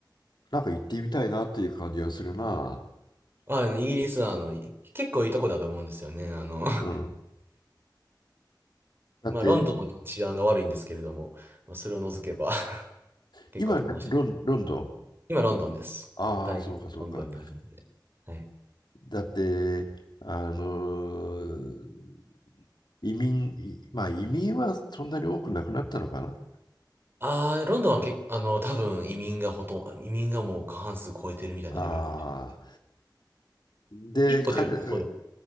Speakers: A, on the left; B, on the right.
A: なんか行ってみたいなっていう感じがするな。
B: あの、イギリスはあの、い結構いいとこだと思うんですよね。あの、<laughs>
A: うん。だって、
B: まあ、ロンドンも治安が悪いんですけれども、まあ、それを除けば <laughs> 結構楽しい。
A: 今ロ、ン、ロンドン
B: 今、ロンドンです。
A: ああ、
B: 大学がロンドンにあるので。
A: そうか、そうか。
B: はい。
A: だって、あのー移民、いまあ移民はそんなに多くなくなったのかな。
B: ああ、ロンドンはけ、あの、多分移民がほとんど、移民がもう過半数超えてるみたいなレベルかもしれない。
A: ああ。で、
B: 一歩出ると
A: 彼ら